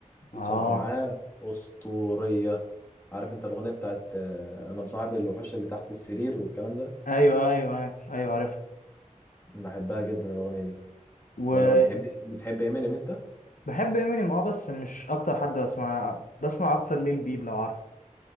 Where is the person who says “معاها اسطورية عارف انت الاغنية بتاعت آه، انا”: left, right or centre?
Left